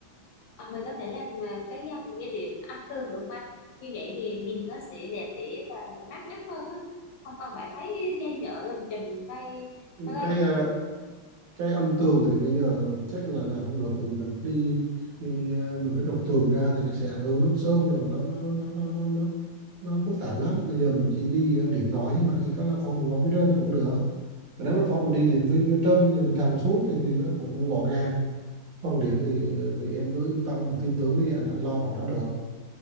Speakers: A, on the left; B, on the right.
A: à, mình có thể làm ờ, cái dòng dây điện âm tường được không anh? Như vậy thì nhìn nó sẽ đẹp đẽ và mát mắt hơn á. Không cần phải thấy dây nhựa lùm chùm cây cái gây
B: Cái
A: cho
B: ờ,
A: mình.
B: cái âm tường thì bây giờ chắc là làm không được tại vì mình đi, đi ờ, mình phải đục tường ra thì nó sẽ ảnh hưởng nút sơn đồ nó nó nó nó nó nó, nó phức tạp lắm bây giờ mình chỉ đi ờ, điện nói nhưng mà khi có la phong mình bỏ phía trên nó cũng được mà nếu la phong mình đi điện vi phía trên thì mình thầm xuống thì thì nó cũng cũng gọn gàng phần điện thì ờ, thì em cứ yên tâm mà tin tưởng đi anh anh lo phần đó được